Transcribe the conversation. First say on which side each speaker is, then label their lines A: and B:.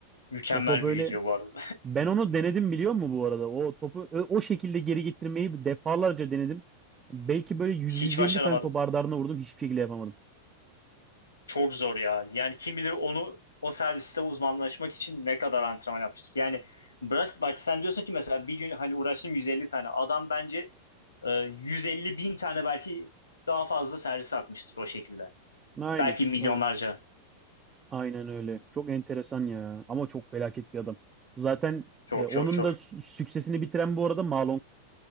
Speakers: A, on the left (about 75°); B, on the right (about 20°).
A: Mükemmel
B: O top öyle
A: bir video bu arada.
B: Ben onu denedim biliyor musun bu arada? O topu ö- o şekilde geri getirmeyi defalarca denedim. Belki böyle 100-150
A: <laughs> Hiç başaramadım.
B: tane top ardı ardına vurdum. Hiçbir şekilde yapamadım.
A: Çok zor ya. Yani kim bilir onu o serviste uzmanlaşmak için ne kadar antrenman yapmıştık. Yani bırak bak sen diyorsun ki mesela bir gün hani uğraştım 150 tane. Adam bence e, 150 bin tane belki daha fazla servis atmıştır o şekilde.
B: Aynen.
A: Belki milyonlarca.
B: Ha, aynen öyle. Çok enteresan ya. Ama çok felaket bir adam. Zaten
A: Çok
B: e, onun
A: çok çok.
B: da sü- süksesini bitiren bu arada Ma